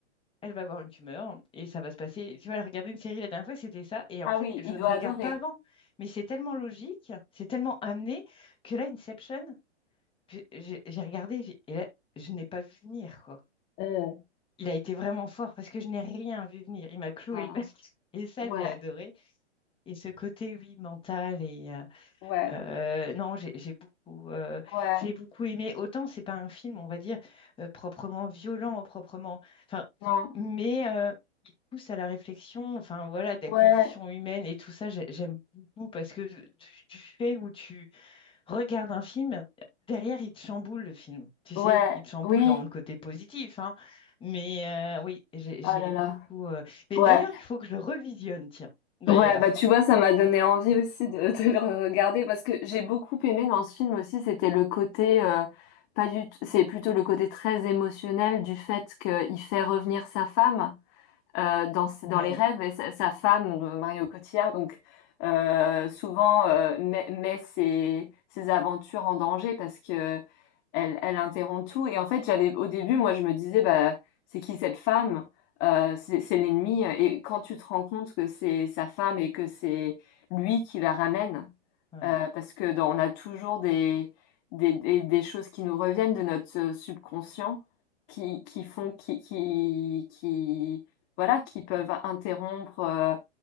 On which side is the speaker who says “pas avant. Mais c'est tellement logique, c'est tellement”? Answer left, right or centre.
Left